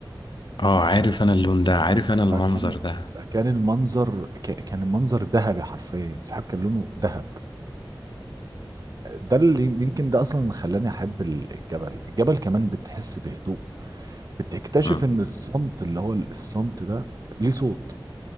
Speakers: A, on the left (about 60°); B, on the right (about 45°).
A: اه عارف انا اللون ده عارف انا
B: فكان
A: المنظر ده
B: فكان المنظر ك- كان المنظر ذهبي حرفيا السحاب كان لونه ذهب ده اللي يمكن ده أصلا اللي خلاني أحب الجبل الجبل كمان بتحس بهدوء بتكتشف
A: امم
B: إن الصمت اللي هو الصمت ده ليه صوت